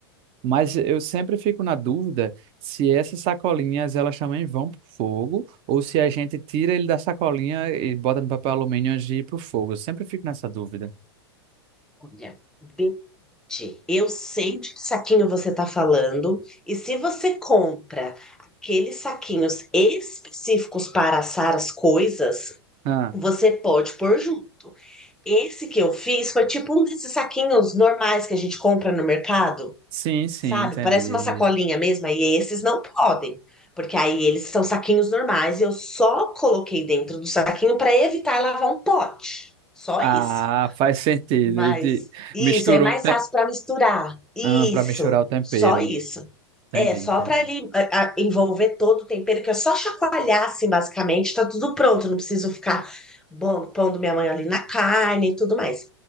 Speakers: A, on the right (about 40°); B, in the centre.
A: Mas
B: Ah,
A: eu sempre fico na dúvida se essas sacolinhas elas também vão pro fogo ou se a gente tira ele da sacolinha e bota no papel alumínio antes de ir pro fogo. Eu sempre fico nessa dúvida.
B: olha, Gente, Eu sei de que saquinho você está falando, e se você compra aqueles saquinhos específicos para assar as coisas,
A: Ah,
B: você pode pôr junto. Esse que eu fiz foi tipo um desses saquinhos normais que a gente compra no mercado,
A: sim, sim,
B: sabe?
A: entendi.
B: Parece uma sacolinha mesmo, e esses não podem, porque aí eles são saquinhos normais e eu só coloquei dentro do saquinho para evitar lavar um pote. Só
A: Ah,
B: isso.
A: faz sentido.
B: Mas
A: E de-
B: isso
A: Misturou
B: é mais
A: o te...
B: fácil para misturar. Isso,
A: ah, para misturar o tempero.
B: só isso.
A: Entendi,
B: É, só
A: entendi.
B: para ele a- a- envolver todo o tempero, que é só chacoalhar, assim, basicamente, tá tudo pronto, não preciso ficar bom, pondo minha mãe ali na carne e tudo mais.